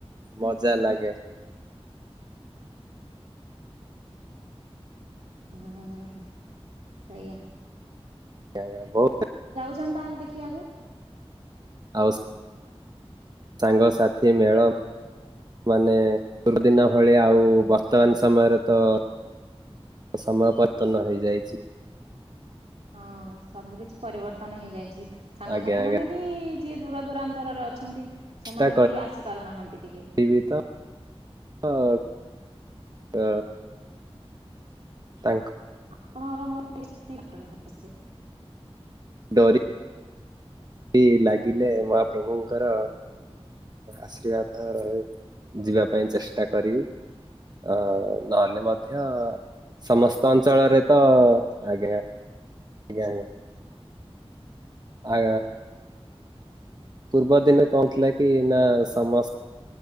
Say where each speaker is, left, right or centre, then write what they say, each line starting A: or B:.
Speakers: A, on the right (about 40°); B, on the right (about 85°).
A: ମଜା ଲାଗେ
B: ହ୍ନୁ ସେଇଆ
A: ଆଜ୍ଞା ଆଜ୍ଞା ବହୁତ
B: ଜନ୍ତା ହେଲେ ଦେଖିବାକୁ
A: ଆଉ ସାଙ୍ଗସାଥି ମେଳ ମାନେ ପୂର୍ବ ଦିନ ଭଳିଆ ଆଉ ବର୍ତ୍ତମାନ ସମୟରେ ତ ସମୟ ପତନ ହେଇ ଯାଇଛି।
B: ହଁ ସବୁ କିଛି ପରିବର୍ତ୍ତନ ହେଇଯାଇ ସାଙ୍ଗସାଥି
A: ଆଜ୍ଞା ଆଜ୍ଞା
B: ମାନେ ବି ଯିଏ ଦୂର ଦୂରାନ୍ତରରେ ଅଛନ୍ତି
A: ଚେଷ୍ଟା
B: ସେମାନେ ବି ଆସି ପାରୁନାହାନ୍ତି ଟିକେ
A: <unintelligible> ହଁ। ତାଙ୍କୁ
B: ଆପଣଙ୍କର <unintelligible>
A: ଡୋରି ବି ଲାଗିଲେ ମହାପ୍ରଭୁଙ୍କର ଆଶୀର୍ବାଦ ରହୁ ଯିବା ପାଇଁ ଚେଷ୍ଟା କରିବି। ଆ ନହେ ଲେ ମଧ୍ୟ ସମସ୍ତ ଅଞ୍ଚଳରେ ତ ଆଜ୍ଞା ଆଜ୍ଞା ଆଜ୍ଞା। ଆ ପୂର୍ବ ଦିନେ କଣ ଥିଲା କି ନା ସମସ୍ତ